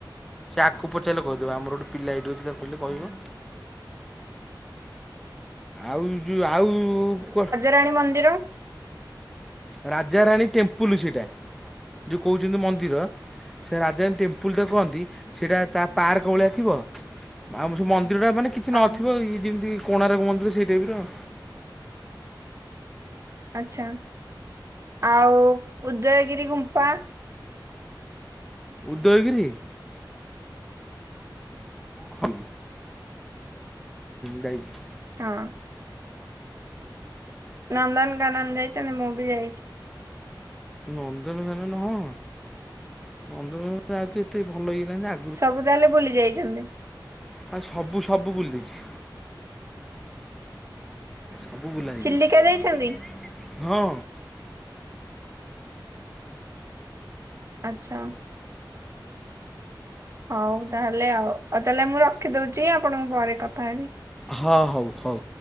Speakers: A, in the centre; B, on the right (about 40°).
A: ସେ ଆଖୁ ପଚାରିଲେ କହିଦେବ ଆମର ଗୋଟେ ପିଲା ଏଇଠିଅଛି ତାକୁ କହିଲେ କହିବ। ଆଉ ଯୋଉ ଆଉ କ
B: ରାଣୀ ମନ୍ଦିର।
A: ରାଜାରାଣୀ ଟେମ୍ପୁଲୁ ସେଇଟା। ଯଉ କହୁଛନ୍ତି ମନ୍ଦିର। ସେ ରାଜାରାଣୀ ଟେମ୍ପୁଲ୍ଟେ କହନ୍ତି। ସେଟା ତା ପାର୍କ ଭଳିଆ ଥିବ। ଆଉ ମେସେ ମନ୍ଦିର ଟା ମାନେ କିଛି ନଥିବ
B: ଆଉ
A: ଇ ଯେମିତି କୋଣାର୍କ ମନ୍ଦିର ସେଇ ଟାଇପି ର ଆଉ।
B: ଆଚ୍ଛା। ଆଉ ଉଦୟଗିରି ଗୁମ୍ଫା।
A: ଉଦୟଗିରି। ହୁଁ ଯାଇଛି।
B: ହଁ। ନନ୍ଦନକାନ ଯାଇଛନ୍ତି ମୁଁ ବି ଯାଇଛି।
A: ନନ୍ଦନକାନ ହଁ। ନନ୍ଦନକାନ ଆଉ ତି ତି ଭଲ ହେଇ ଗଲାନି ଆ
B: ସବୁ ତାହେଲେ ବୁଲି ଯାଇଛନ୍ତି।
A: ଆ ସବୁ ସବୁ ବୁଲିଦେଇଛି। ସବୁ ବୁଲା ହେଇଯାଇଛି।
B: ଚିଲିକା ଯାଇଛନ୍ତି
A: ହଁ।
B: ଆଚ୍ଛା ହଉ। ହଉ ତାହେଲେ ଆଉ। ଆଉ ତାହେଲେ ମୁଁ ରଖିଦଉଛି ଆପଣଙ୍କ ପରେ କଥା ହେବି।
A: ହଁ ହଉ ହଉ।